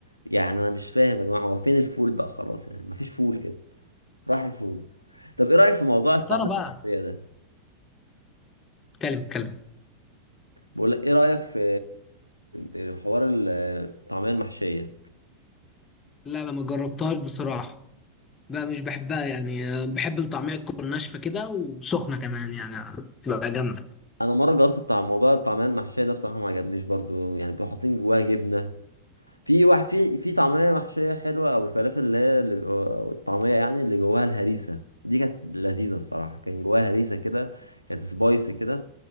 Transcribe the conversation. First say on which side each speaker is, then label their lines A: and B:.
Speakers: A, on the left; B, on the left.
A: يعني انا مش فاهم يا جماعه هو فين الفول بقى خلاص يعني مفيش فول كده راح الفول طب ايه رايك في موضوع الطعميه
B: يا ترى بقى
A: المحشيه ده
B: اتكلم اتكلم
A: بقول لك ايه رايك في آه، حوار الطعميه المحشيه
B: لا لا ما جربتهاش بصراحه بقى مش بحبها يعني بحب الطعميه تكون ناشفه كده وسخنه كمان يعني تبقى جامده
A: انا مره جربت بتاع موضوع الطعميه المحشيه ده بصراحه ما عجبنيش برضو يعني بيبقوا حاطين جواها جبنه في واحد في في طعميه محشيه حلوه او الفلافل اللي هي اللي بيبقوا- أو الطعميه يعني اللي جواها الهريسه دي كانت لذيذه الصراحه كان جواها هريسه كده كانت سبايسي كده